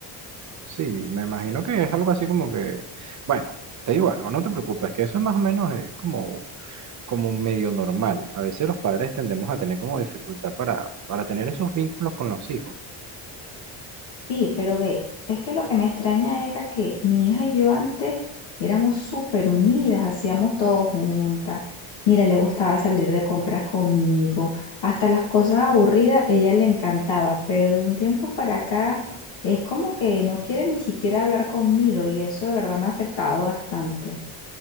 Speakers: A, on the right; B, on the left.
A: Sí, me imagino que es algo así como que, bueno, te digo algo, no te preocupes, que eso más o menos es como, como medio normal. A veces los padres tendemos a tener como dificultad para, para tener esos vínculos con los hijos.
B: Sí, pero ve, es que lo que me extraña era que mi hija y yo antes éramos súper unidas, hacíamos todo juntas. Mira, le gustaba salir de compras conmigo, hasta las cosas aburridas ella le encantaba, pero de un tiempo para acá es como que no quiere ni siquiera hablar conmigo y eso de verdad me ha afectado bastante.